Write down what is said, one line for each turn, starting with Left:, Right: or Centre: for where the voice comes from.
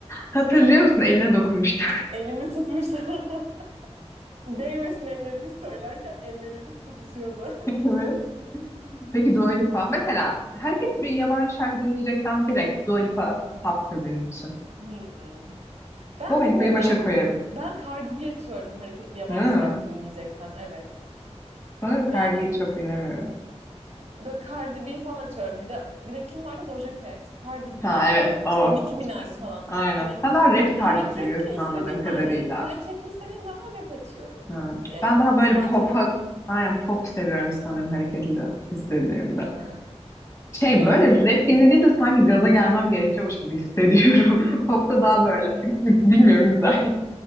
Left: Hatırlıyor musun? Eline dokunmuştu.
Right: Elimi tutmuştu. <laughs> Değmesin ellerimiz söylerken ellerimiz tutuşuyordu.
Left: <laughs> Evet. Peki Dua Lipa. Mesela hareketli bir yabancı şarkı dinleyeceksem direkt Dua Lipa taptır benim için.
Right: <laughs> Hmm. Ben
Left: Dua
Right: bilmiyorum
Left: Lipa'yı başa
Right: ya.
Left: koyarım.
Right: Ben Cardi B açıyorum hareketli yabancı
Left: Hı.
Right: şarkı dinleyeceksem. Evet.
Left: Sanırım
Right: Yani
Left: Cardi B'yi çok dinlemiyorum.
Right: böyle Cardi B falan açıyorum. Bir de bir de kim vardı? Doja Cat, Cardi B,
Left: Ha evet o.
Right: işte Nicki Minaj falan.
Left: Aynen.
Right: Hani
Left: Sen daha rap
Right: hareketli
Left: tarzı seviyorsun
Right: istediğim
Left: anladığım kadarıyla.
Right: aynen. Hareketli istediğim zaman rap açıyorum.
Left: Hı.
Right: Ya,
Left: Ben daha böyle
Right: yabancı
Left: pop'a
Right: rap.
Left: aynen pop seviyorum sanırım hareketli istediğimde.
Right: Ha.
Left: Şey
Right: Ben
Left: böyle rap dinlediğimde sanki gaza gelmem gerekiyormuş gibi hissediyorum. <laughs> Pop'ta daha böyle <laughs> bilmiyorum güzel.